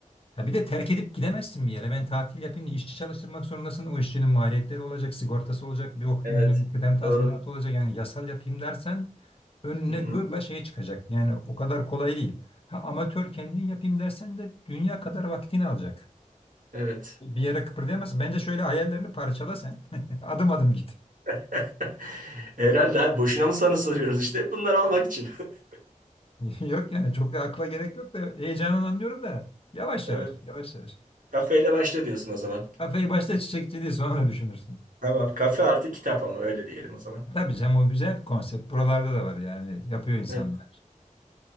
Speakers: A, on the left; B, on the right.
A: Ya bir de terk edip gidemezsin bir yere. Ben tatil yapayım diye işçi çalıştırmak zorundasın. O işçinin maliyetleri olacak, sigortası olacak, bir ok
B: Evet.
A: bilmem kıdem tazminatı
B: Doğru.
A: olacak. Yani yasal yapayım dersen önüne
B: Hı-hı.
A: gırla şey çıkacak. Yani o kadar kolay değil. Ha, amatör kendin yapayım dersen de dünya kadar vaktini alacak.
B: Evet.
A: Bir yere kıpırdayamazsın. Bence şöyle hayallerini parçala sen. <laughs> Adım adım git.
B: <laughs> Herhalde abi boşuna mı sana soruyoruz işte. Bunları almak için. <laughs>
A: <laughs> Yok yani çok da akla gerek yok da heyecanını anlıyorum da. Yavaş
B: Evet.
A: yavaş, yavaş yavaş.
B: Kafeyle başla diyorsun o zaman.
A: Kafayı başta çiçekçiliği sonra düşünürsün.
B: Tamam. Kafe artı kitap ama öyle diyelim o zaman.
A: Tabii canım o güzel bir konsept. Buralarda da var yani yapıyor insanlar.
B: Evet.